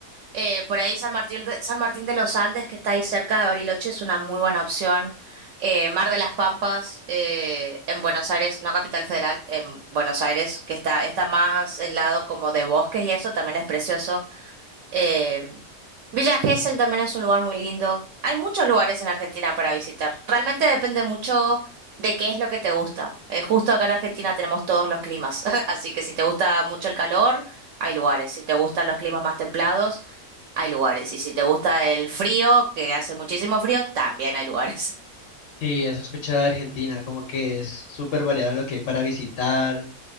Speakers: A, on the right; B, on the left.
A: Eh, por ahí San Martín de, San Martín de los Andes, que está ahí cerca de Bariloche, es una muy buena opción. Eh, Mar de las Pampas, eh, en Buenos Aires, no Capital Federal, en Buenos Aires, que está, está más el lado como de bosques y eso también es precioso. Eh, Villa Gesell también es un lugar muy lindo. Hay muchos lugares en Argentina para visitar. Realmente depende mucho de qué es lo que te gusta. Eh, justo acá en Argentina tenemos todos los climas, <laughs> así que si te gusta mucho el calor, hay lugares. Si te gustan los climas más templados, hay lugares. Y si te gusta el frío, que hace muchísimo frío, también hay lugares. <laughs>
B: Sí, eso he escuchado de Argentina, como que es súper variado lo que hay para visitar.